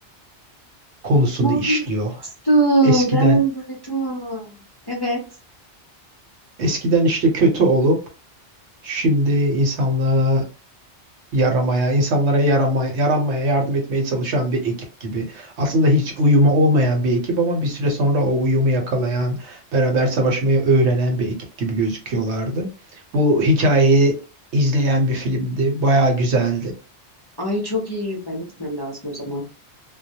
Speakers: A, on the right; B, on the left.
A: konusunu
B: Duymuştum.
A: işliyor. Eskiden
B: Ben onu duydum onu. Evet.
A: eskiden işte kötü olup şimdi insanlığa yaramaya, insanlara yarama, yaranmaya yardım etmeye çalışan bir ekip gibi. Aslında hiç uyumu olmayan bir ekip ama bir süre sonra o uyumu yakalayan, beraber savaşmayı öğrenen bir ekip gibi gözüküyorlardı. Bu hikayeyi izleyen bir filmdi. Bayağı güzeldi.
B: Ay çok iyi. Ben de gitmem lazım o zaman.